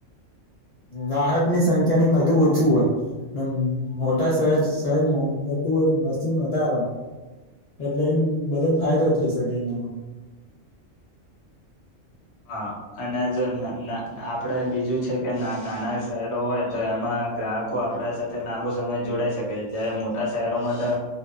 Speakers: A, on the left (about 55°); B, on the left (about 70°).
A: ગ્રાહક ની સંખ્યા ની બધુ ઓછું હોય. નમ મોટા શહેર શર મ મોટું હોય વસ્ત વધાર હોય. એટલે એમ બધો ફાયદો થઈ શકે એનામાં.
B: હા અને જો આપડે ન ન ના બીજું છે કે ના નાના શહેરો હોય તો એમાં માં ગ્રાહકો આપણા સાથે લાંબો સમય જોડાઈ શકે છે. જ્યારે મોટા શહેરોમાં તો